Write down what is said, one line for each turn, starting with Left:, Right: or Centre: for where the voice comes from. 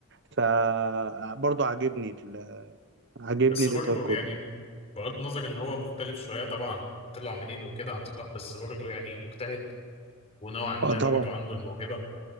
Right: فبرضه عاجبني ال- عاجبني
Left: بس برضه
Right: الاطار كله
Left: يعني بغض النظر ان هو مختلف شويه طبعا طلع منين وكده عن صلاح بس برضه يعني مجتهد ونوعا ما
Right: اه طبعا
Left: برضه عنده الموهبه